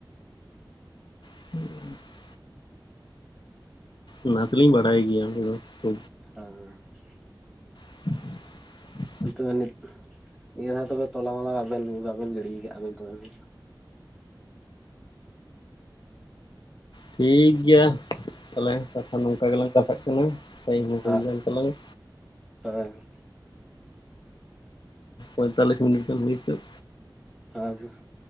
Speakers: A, on the left; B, in the centre.
A: ᱦᱮᱸ <inaudible> ᱚᱱᱟ ᱫᱚ ᱞᱤᱧ ᱵᱟᱲᱟᱭ ᱜᱮᱭᱟ ᱟᱰᱮ ᱫᱚ
B: <unintelligible>
A: <inaudible>
B: ᱛᱚᱵᱮ ᱱᱤᱭᱟᱹ ᱵᱟᱨ ᱛᱚᱞᱟ ᱢᱚᱞᱟ ᱵᱟᱵᱮᱱ ᱜᱤᱰᱤ ᱟᱠᱟᱜ ᱵᱮᱱ ᱛᱚ?
A: ᱴᱷᱤᱠ ᱜᱮᱭᱟ ᱛᱟᱦᱞᱮ ᱮᱠᱷᱚᱱ ᱱᱚᱝᱠᱟ ᱜᱮᱞᱟᱝ ᱠᱟᱛᱷᱟᱜ ᱠᱟᱱᱟ ᱴᱟᱭᱤᱢ ᱦᱚᱸ
B: ᱦᱳᱭ
A: ᱦᱩᱭ ᱠᱟᱱ ᱛᱟᱞᱟᱝᱟ᱾
B: ᱦᱳᱭ᱾
A: ᱯᱚᱸᱭᱛᱟᱞᱞᱤᱥ ᱢᱤᱱᱤᱴ ᱜᱟᱱ ᱦᱩᱭ ᱦᱚᱪᱚᱜ᱾
B: <unintelligible>